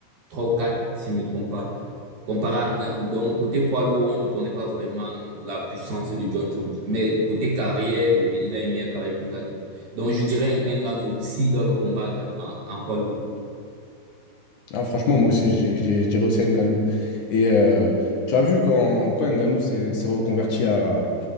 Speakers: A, on the right; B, on the left.
A: trois ou quatre, si je ne me trompe pas. Comparé à Ngannou. Donc, côté poids lourd, on ne connaît pas vraiment la puissance de John Jones. Mais côté carrière, je- il a une meilleure carrière que Ngannou. Donc, je dirais un Ngannou, s'il doit le combattre en, en poids lourd.
B: Ah, franchement, moi aussi, j'ai- j'ai- je dirais aussi Ngannou. Et euh, tu as vu quand, quand Ngannou s'est s'est reconverti à,